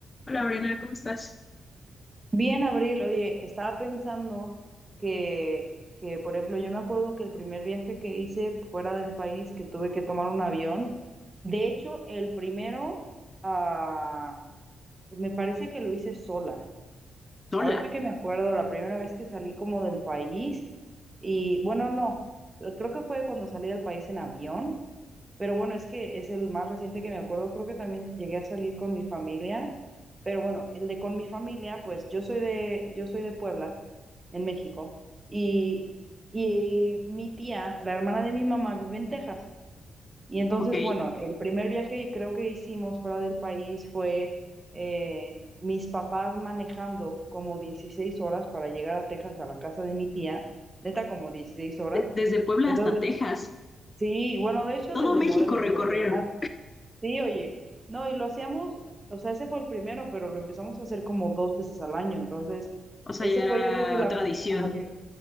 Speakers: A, on the left (about 35°); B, on the right (about 30°).
A: Hola, Brena, ¿cómo estás?
B: Bien, Abril, oye, estaba pensando que, que, por ejemplo, yo me acuerdo que el primer viaje que hice fuera del país, que tuve que tomar un avión, de hecho, el primero, ah, me parece que lo hice sola.
A: sola,
B: Ahorita que me acuerdo, la primera vez que salí como del país, y bueno, no, creo que fue cuando salí del país en avión, pero bueno, es que es el más reciente que me acuerdo. Creo que también llegué a salir con mi familia. Pero bueno, el de con mi familia, pues yo soy de, yo soy de Puebla, en México, y, y mi tía, la hermana de mi mamá, vive en Texas. Y entonces,
A: ¿ok? De-
B: bueno, el primer viaje creo que hicimos fuera del país fue eh, mis papás manejando como 16 horas para llegar a Texas a la casa de mi tía, neta como 16 horas.
A: desde Puebla
B: Entonces,
A: hasta Texas,
B: sí, bueno, de hecho
A: todo
B: desde
A: México
B: Morelos,
A: recorrieron,
B: porque an- Sí, oye, no, y lo hacíamos, o sea, ese fue el primero, pero lo empezamos a hacer como dos veces al año, entonces,
A: o sea,
B: ese
A: ya
B: fue yo creo que la,
A: era tradición.
B: pr- ajá, di-